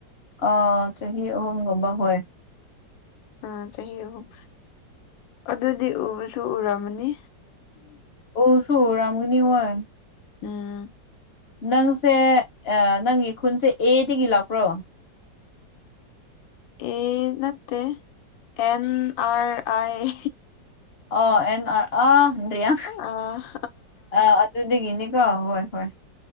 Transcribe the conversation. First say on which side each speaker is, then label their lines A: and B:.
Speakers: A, on the left; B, on the left.
A: ꯑ ꯆꯍꯤ ꯑꯍꯨꯝꯒꯕ ꯍꯣꯏ
B: ꯑ ꯆꯍꯤ ꯑꯍꯨꯝ ꯑꯗꯨꯗꯤ ꯎꯕꯁꯨ ꯎꯔꯝꯃꯅꯤ
A: ꯑꯣ ꯁꯨ ꯔꯝꯒꯅꯤ ꯑꯣꯏꯣꯏ
B: ꯎꯝ
A: ꯅꯪꯁꯦ ꯅꯪꯒꯤ ꯈꯨꯟꯁꯦ ꯑꯦꯗꯒꯤ ꯂꯥꯛꯄ꯭ꯔꯣ
B: ꯏ ꯅꯠꯇ and R I
A: O and ꯑ ꯅꯟꯌꯥ
B: ꯎꯝ
A: ꯑꯥ ꯑꯗꯨꯗꯒꯤꯅꯤꯀꯣ ꯍꯣꯏ ꯍꯣꯏ